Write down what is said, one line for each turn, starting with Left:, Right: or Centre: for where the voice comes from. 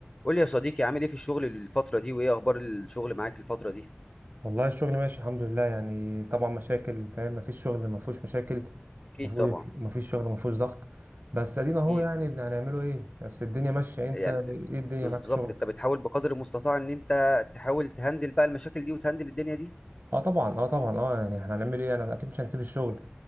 Left: قول لي يا صديقي عامل ايه في الشغل الفترة دي وايه اخبار الشغل معاك الفترة دي
Right: والله الشغل ماشي الحمد لله يعني طبعا مشاكل فاهم مفيش شغل مفهوش مشاكل
Left: اكيد
Right: مفهوش
Left: طبعا
Right: مفيش شغل مفهوش ضغط بس ادينا
Left: اكيد
Right: اهو يعني هنعمله ايه بس الدنيا ماشيه انت
Left: يعني
Right: ايه الدنيا
Left: بالظبط
Right: معاك في شغلك
Left: انت بتحاول بقدر المستطاع ان انت تحاول تهندل بقى المشاكل دي وتهندل الدنيا دي
Right: اه طبعا اه طبعا اه يعني احنا هنعمل ايه انا اكيد مش هنسيب الشغل